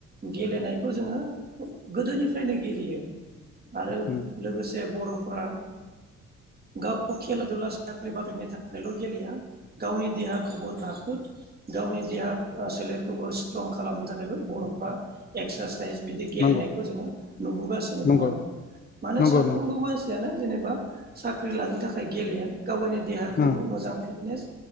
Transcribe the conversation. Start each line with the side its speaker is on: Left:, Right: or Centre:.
Right: गेलेनायखौ जोङो गोदोनिफ्रायनो गेलेयो। आरो
Left: उम
Right: लोगोसे बर'फोरा गाव खेला दुला साख्रि बाख्रिनि थाखायल' गेलेया गावनि देहाखौ खौबो राफोद गावनि देहा सोलेरखौबो स्ट्रं खालामनो थाखायबो बर'फ्रा एक्सारसाइ सायस बिदि गेलेनायखौ
Left: नंगौ
Right: जोङो नुबोगासिनो
Left: नंगौ
Right: दं आरो मानो
Left: नंगौ
Right: साफ्रोमबो
Left: उम नंगौ
Right: मानसियानो जेनेबा साख्रि लानो थाखाय गेलेया गाव गावनि देहाखौबो
Left: उम
Right: मोजां फिदनेस